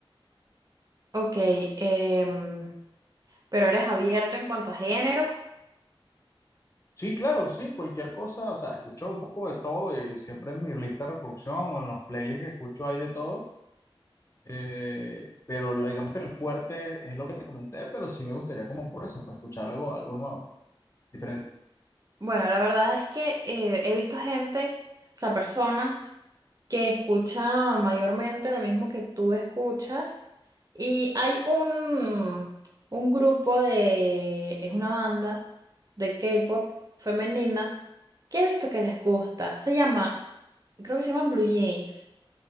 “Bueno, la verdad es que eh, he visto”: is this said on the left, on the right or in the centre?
Right